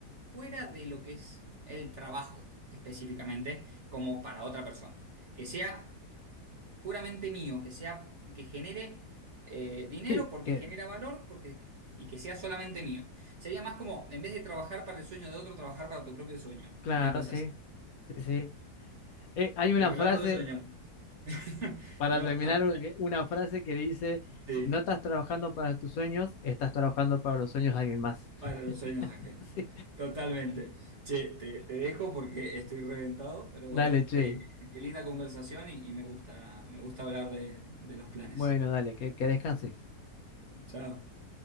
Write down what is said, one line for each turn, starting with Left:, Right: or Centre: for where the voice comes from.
Right: fuera de lo que es el trabajo específicamente, como para otra persona. Que sea puramente mío, que sea, que genere eh, dinero
Left: Sí,
Right: porque
Left: que,
Right: genera valor porque, y que sea solamente mío. Sería más como, en vez de trabajar para el sueño de otro, trabajar para tu propio sueño.
Left: claro,
Right: Una cosa
Left: sí,
Right: así.
Left: sí, sí. Eh, hay una
Right: Y hablando
Left: frase,
Right: de sueño, <laughs>
Left: para
Right: yo,
Left: terminar,
Right: ah,
Left: u- una frase que dice,
Right: sí,
Left: si no estás trabajando para tus sueños, estás trabajando para los sueños de alguien más. <laughs>
Right: para los sueños ajenos.
Left: Sí.
Right: Totalmente. Che, te, te dejo porque estoy reventado, pero
Left: Dale,
Right: bueno,
Left: che.
Right: eh, qué linda conversación y, y me gusta, me gusta hablar de de los planes.
Left: Bueno, dale, que, que descanses.
Right: Chao.